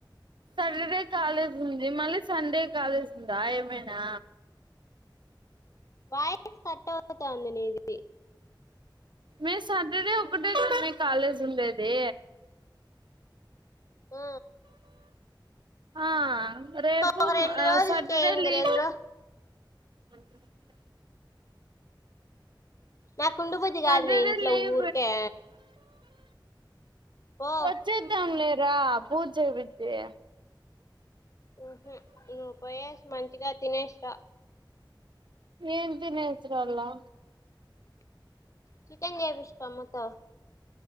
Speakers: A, on the right; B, on the left.
A: సాటర్డే కాలేజ్ ఉంది మళ్ళీ సండే కాలేజ్ ఉందా ఏమైనా
B: వయస్ కట్టవుతుతాంది నీది
A: మే సాటర్డేఒకటే కదా మే కాలేజ్ ఉండేది
B: ఆ
A: ఆ రేపు
B: ఇంకొక రెండు
A: ఆ
B: రోజులకే
A: సాటర్డే
B: ఇంక
A: లీవ్
B: రెండు రో
A: <unintelligible>
B: నాకు ఉండబుద్ది
A: సాటర్డే
B: కాదు మే ఇంట్లో
A: లీవ్
B: ఊరికే పో
A: వచ్చద్దాంలేరా పూజ చెప్పిచి
B: ఉమ్ హు నువ్వు పోయేసి మంచిగా తినేసి రా
A: ఏం తినేసి రావాల్నా
B: చికెన్ చేపిష్కో అమ్మతో